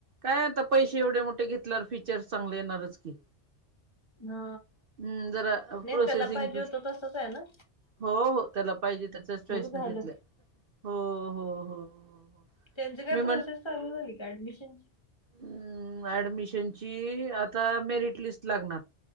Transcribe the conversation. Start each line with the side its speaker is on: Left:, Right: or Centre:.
Right: काय आता पैसे एवढे मोठे घेतल्यावर फीचर चांगले येणारच की.
Left: हा
Right: हम्म जरा
Left: नेत्याला
Right: प्रोसेसिंग
Left: पाहिजे होतं तस काय ना.
Right: हो हो त्याला पाहिजे त्याच्याच चॉईसनं
Left: बघ झालं
Right: घेतलंय हो हो हो हो
Left: त्यांचं काय
Right: मी
Left: प्रोसेस चालू झाली का ऍडमिशनची.
Right: हम् ऍडमिशनची आता मेरिट लिस्ट लागणार.